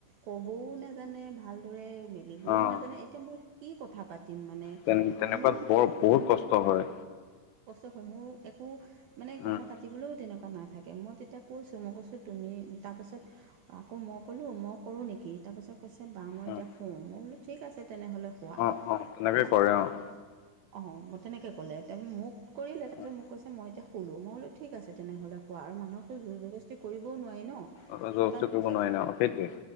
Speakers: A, on the right; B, on the left.
A: ক'বও নেজানে ভাল দৰে মেলিবও
B: অ',
A: নাজানে এতিয়া মই কি কথা পাতি পাতিম মানে
B: তেনে তেনেকুৱাত
A: মোৰ মানে
B: বৰ
A: একো
B: বহুত কষ্ট হয়।
A: কষ্ট হয় মোৰ একো মানে কথা
B: উম,
A: পাতিবলৈও তেনেকুৱা নাথাকে মই তেতিয়া কৈছো মই কৈছো তুমি তাৰপাছত আকৌ মই ক'লোঁ মই কৰোঁ নেকি তাৰপাছত কৈছে বা মই
B: উম,
A: এতিয়া <unintelligible> মই বোলো ঠিক আছে তেনেহ'লে শুৱা
B: অ', অ', তেনেকে
A: তাৰপিছত
B: কৰে অ',
A: তেনেকে অ', তেনেকৈ ক'লে মোক কৰিলে তাৰপিছত
B: উম,
A: মোক কৈছে মই এতিয়া শুলো মই বোলো ঠিক আছে তেনেহ'লে। শুৱা আৰু মানুহকটো জুৰ জবৰদস্তি কৰিবও নোৱাৰি ন'?
B: অ', জুৰবস্তি
A: তাৰপিছত
B: কৰিব নোৱাৰি নহয় সেইটোৱে।